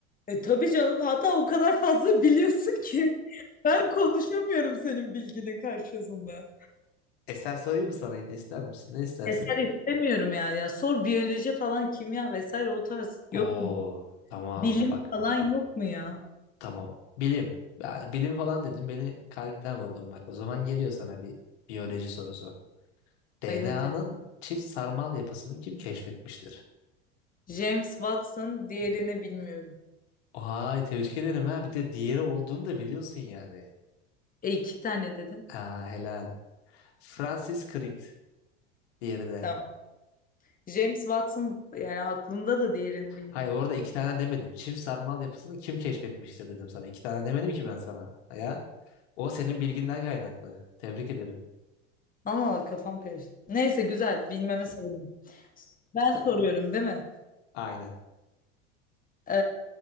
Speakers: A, on the left; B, on the left.
A: E, tabii canım. Hatta o kadar fazla <laughs> biliyorsun ki ben konuşamıyorum senin bilginin karşısında.
B: Eser sorayım mı sana yine ister misin? Ne istersin?
A: Eser istemiyorum ya. Ya sor biyoloji falan kimya vesaire o tarz yok
B: Oo
A: mu?
B: tamam
A: Bilim
B: bak
A: falan yok mu ya?
B: tamam. Bilim. Yani bilim falan dedim beni kalbimden vurdun bak. O zaman geliyor sana bir biyoloji sorusu. DNA'nın
A: Ay hadi.
B: çift sarmal yapısını kim keşfetmiştir?
A: James Watson diğerini bilmiyorum.
B: Vay tebrik ederim ha. Bir de diğeri olduğunu da biliyorsun yani.
A: E iki tane dedin.
B: Aa, helal. Francis Crick diğeri de.
A: Tamam. James Watson yani aklımda da diğerini bilmiyordum.
B: Hayır bu arada iki tane demedim. Çift sarmal yapısını kim keşfetmiştir dedim sana. İki tane demedim ki ben sana. Ya o senin bilginden kaynaklı. Tebrik ederim.
A: Allah Allah kafam karıştı. Neyse güzel bilmeme sevindim. Ben soruyorum değil mi?
B: Aynen.
A: Ee,